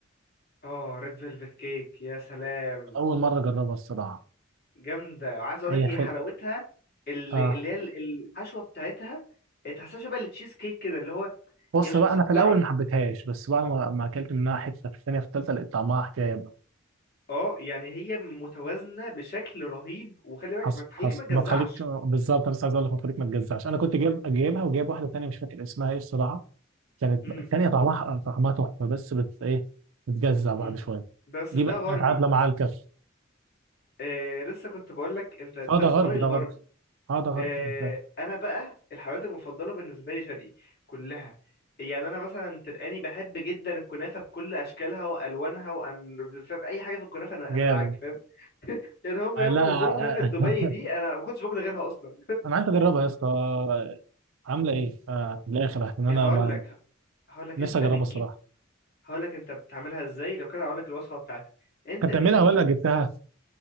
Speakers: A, on the left; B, on the right.
A: اه ريد فيلفت كيك يا سلام
B: اول مره اجربها الصراحه
A: جامده وعايز اقول
B: هي
A: لك هي
B: خل...
A: حلاوتها اللي
B: آه.
A: اللي هي ال- الحشوه بتاعتها تحسها شبه التشيز كيك كده اللي هو
B: بص
A: هي مش
B: بقى
A: مسكره
B: انا في الاول ما حبيتهاش بس بعد ما ما اكلت منها حته في الثانيه في الثالثه لقيت طعمها حكايه
A: اه يعني هي متوازنه بشكل رهيب وخلي
B: حصل
A: بالك ما تخليك
B: حصل
A: ما تجزعش
B: ما تخليك بالظبط لسه عايز اقول لك ما تخليك ما تجزعش انا كنت جايب جايبها وجايب واحده تانيه مش فاكر اسمها ايه الصراحه كانت
A: امم
B: التانيه طعمها طعمها تحفه بس بت ايه بتجزع بعد
A: امم
B: شويه
A: بس
B: دي بقى
A: ده غربي
B: كانت عادله مع الكف
A: آه لسه كنت بقول لك انت ده
B: اه ده
A: ستايل
B: غرب ده
A: غربي
B: غرب اه ده غرب
A: آه،
B: أنت
A: انا بقى الحلويات المفضله بالنسبه لي شرقي كلها يعني انا مثلا تلقاني بحب جدا الكنافه بكل اشكالها والوانها وان فاهم اي حاجه في الكنافه انا
B: جامد
A: انا معاك فاهم يعني هم
B: آه
A: يوم
B: لا
A: ما نزلوا كنافه دبي
B: آه <laughs>
A: دي انا ما كنتش باكل غيرها اصلا
B: انا عايز اجربها يا اسطى آه، عامله ايه آه من الاخر عشان انا
A: هقول
B: ما
A: لك هقول لك
B: لسه
A: انت
B: اجربها
A: بتجيب
B: الصراحه
A: هقول لك انت بتعملها ازاي لو كده هقول لك الوصفه بتاعتها انت
B: انت
A: بتجيب
B: بتعملها ولا جبتها